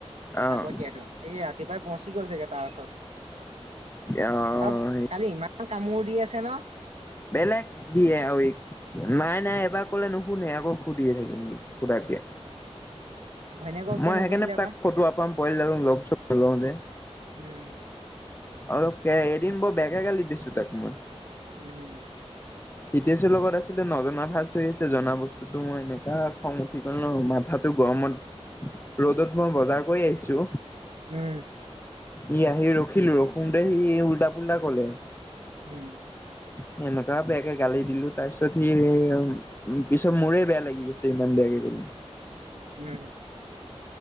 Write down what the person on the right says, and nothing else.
আগতিয়াটো এইয়া <unintelligible> পচি গল চাগে তাৰ ওচৰত
আৰু কালি ইমা কামোৰ দি আছে ন।
ঘৈণীয়েকক কিয়
নুসুধিলে
বা
উম
উম।
উম
উম
উম